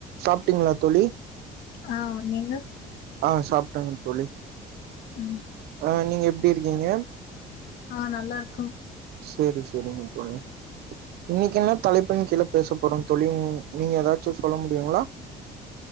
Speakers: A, on the right (about 70°); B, on the left (about 80°).
A: சாப்பிட்டீங்களா தோழி
B: ஆ நீங்க
A: ஆ சாப்பிட்டேங்க தோழி
B: ம்
A: ஆ நீங்க எப்படி இருக்கீங்க
B: ஆ நல்லா இருக்கோம்
A: சரி சரிங்க தோழி இன்னைக்கு என்ன தலைபின் கீழ் பேச போறோம் தோழி நீங்க ஏதாச்சும் சொல்ல முடியுமா